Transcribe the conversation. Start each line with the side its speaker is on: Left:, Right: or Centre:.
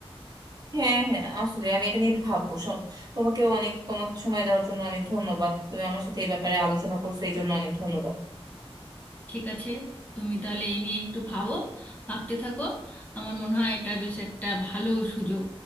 Right: হ্যাঁ হ্যাঁ আসলে আমি এটা নিয়ে ভাববো সব তোমাকেও অনেক তোমাকে সময় দেওয়ার জন্য অনেক ধন্যবাদ তুমি আমার সাথে এই ব্যাপারে আলোচনা করছো এই জন্য অনেক ধন্যবাদ
Left: ঠিক আছে তুমি তাহলে এই নিয়ে একটু ভাবো ভাবতে থাকো আমার মনে হয় এটা বেশ একটা ভালো সুযোগ